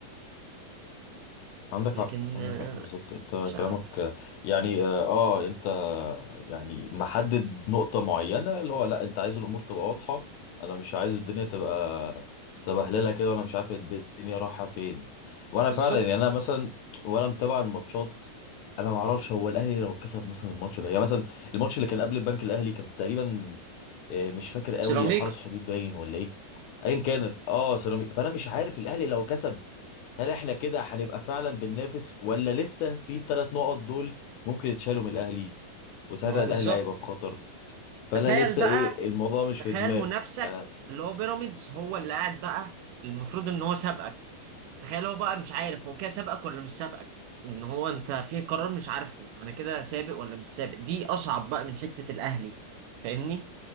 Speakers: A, on the left; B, on the right.
A: عندك
B: لكن
A: حق عندك
B: آه،
A: حق بالظبط انت
B: مش عارف
A: كلامك يعني اه آه، انت يعني محدد نقطة معينة اللي هو لا انت عايز الامور تبقى واضحة انا مش عايز الدنيا تبقى سبهللة كده وانا مش عارف الدنيا رايحة فين وانا
B: بالظبط
A: فعلا يعني انا مثلا وانا متابع الماتشات انا ما اعرفش هو الاهلي لو كسب مثلا الماتش ده يعني مثلا الماتش اللي كان قبل البنك الاهلي كان تقريبا آه، مش فاكر قوي
B: سيراميكا
A: حرس حدود باين ولا ايه ايا كان اه سيراميكا فانا مش عارف الاهلي لو كسب هل احنا كده هنبقى فعلا بننافس ولا لسه في الثلاث نقط دول ممكن يتشالوا من الاهلي وساعتها
B: ما هو
A: الاهلي
B: بالظبط
A: هيبقى في خطر فانا
B: تخيل
A: لسه
B: بقى
A: ايه الموضوع مش
B: تخيل
A: في دماغي
B: منافسك
A: يعني
B: اللي هو بيراميدز هو اللي قاعد بقى المفروض إن هو سابقك تخيل هو بقى مش عارف هو كده سابقك ولا مش سابقك إن هو أنت في قرار مش عارفه أنا كده سابق ولا مش سابق دي أصعب بقى من حتة الأهلي فاهمني؟